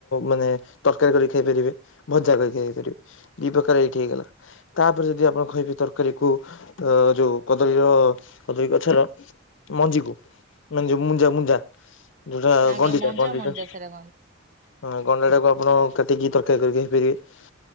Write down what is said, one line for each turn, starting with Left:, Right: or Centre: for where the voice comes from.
Left: ମାନେ ତରକାରୀ କରିକି ଖାଇପାରିବେ ଭଜା କରିକି ଖାଇପାରିବେ। ଦି ପ୍ରକାରର ଏଇଠି ହେଇଗଲା। ତାପରେ ଯଦି ଆପଣ କହିବେ ତରକାରୀ କୁ ଅ ଯୋଉ କଦଳୀର କଦଳୀ ଗଛର ମଞ୍ଜିକୁ ମାନେ ଯୋଉ ମୁଞ୍ଜା ମୁଞ୍ଜା ଯୋଉଟା
Right: ଆଜ୍ଞା
Left: ଗଣ୍ଡିଚା
Right: ମଞ୍ଜା
Left: ଗଣ୍ଡିଚା
Right: ମଞ୍ଜା ସେଟା କହନ୍ତି
Left: ହଁ ଗଣ୍ଡା ଟାକୁ ଆପଣ କାଟିକି ତରକାରୀ କରି ଖାଇପାରିବେ।